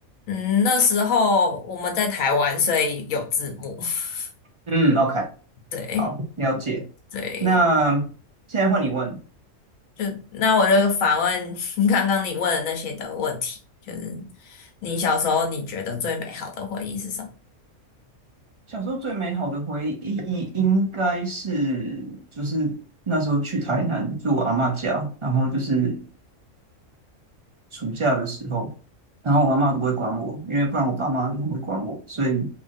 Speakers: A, on the left (about 85°); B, on the right (about 50°).
A: 嗯，那时候我们在台湾，所以有字幕。<laughs>
B: 嗯，OK。
A: 对
B: 好，了解。
A: 对，
B: 那现在换你问，
A: 就那我就反问 <laughs> 刚刚你问的那些的问题，就是你小时候你觉得最美好的回忆是什么？
B: 小时候最美好的回忆应该是就是那时候去台南住我阿嬷家，然后就是暑假的时候，然后我阿嬷都不会管我，因为不然我爸妈就很会管我，所以